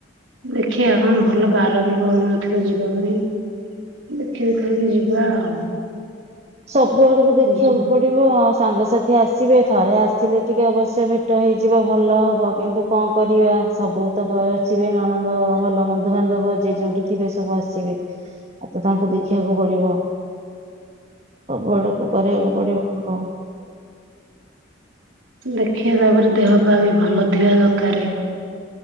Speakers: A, on the right; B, on the right.
A: ଦେଖିବା କଣ ଭଲ ବାର ବି ପଳୁନଥିବ ଯିବା ପାଇଁ ଦେଖି ଦେଖାକି ଯିବା ଆଉ
B: ସଵ ବଡକୁ ଦେଖିବାକୁ
A: ହଁ
B: ପଡିବ ଆ ସାଙ୍ଗସାଥି ଆସିବେ ଥରେ ଆସିଲେ ଟିକେ ଅବଶ୍ୟ ଭେଟ ହେଇଯିବ ଭଲ ହବ କିନ୍ତୁ କଣ କରିବା ସବୁ <unintelligible> ଥିବେ ନଣନ୍ଦ ଭଲ ବନ୍ଧୁବାନ୍ଧବ ଯେ ଯୋଉଠି ଥିବେ ସବୁ ଆସିବେ ଆଉ ତ ତାଙ୍କୁ ଦେଖିବାକୁ ପଡିବ ସବୁ ଆଡକୁ କରିବାକୁ ପଡିବ ଆଉ
A: ଦେଖିବା ତାପରେ ଦେହ ପା ବି ଭଲ ଥିବା ଦକାରେ